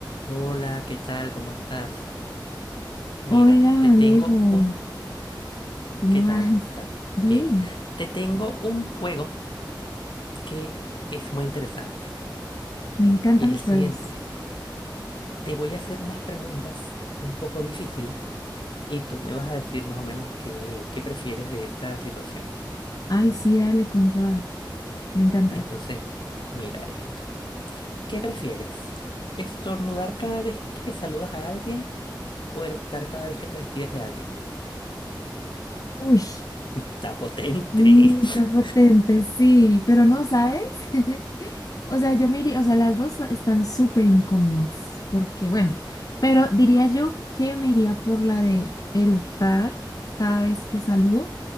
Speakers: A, on the left; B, on the left.
A: Hola, ¿qué tal? ¿Cómo estás? Mira,
B: Hola
A: te tengo
B: Alejo,
A: un...
B: ¿cómo
A: ¿Qué tal?
B: vas?
A: ¿Cómo estás?
B: <laughs> Bien,
A: Bien. Te tengo un juego que es muy interesante.
B: me encantan
A: Y es
B: los
A: el siguiente.
B: juegos.
A: Te voy a hacer unas preguntas un poco difíciles y tú me vas a decir más o menos qué, qué prefieres de esa situación.
B: Ay, sí, dale con toda, me encanta.
A: Entonces, mira esto. ¿Qué prefieres? ¿Estornudar cada vez que saludas a alguien o eructar cada vez que te despides de alguien?
B: Uy,
A: Está potente.
B: mm,
A: <laughs>
B: qué potente, sí, pero no, ¿sabes? <laughs> O sea, yo me iría, o sea, las dos están súper incómodas, porque bueno, pero diría yo que me iría por la de eructar cada vez que saludo,